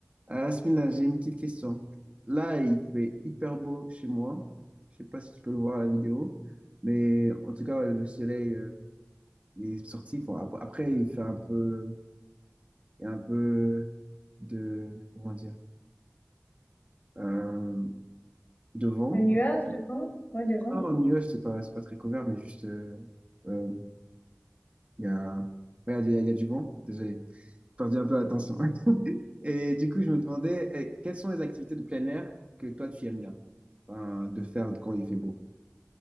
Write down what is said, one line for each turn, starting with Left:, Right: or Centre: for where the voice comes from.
Right: Ah, Asmina, j'ai une petite question. Là, il fait hyper beau chez moi. Je sais pas si tu peux le voir à la vidéo, mais en tout cas, ouais, le soleil euh, il est sorti. Bon, ap- après, il fait un peu, il y a un peu de, comment dire, euh, de vent.
Left: Le nuage devant? Ouais, devant.
Right: Ah, un nuage, c'est pas, c'est pas très couvert, mais juste, euh, euh, il y a, ouais, il y a, il y a du vent. Désolé, j'ai perdu un peu l'attention. <laughs> Et du coup, je me demandais, eh, quelles sont les activités de plein air que toi, tu aimes bien, Enfin, de faire quand il fait beau?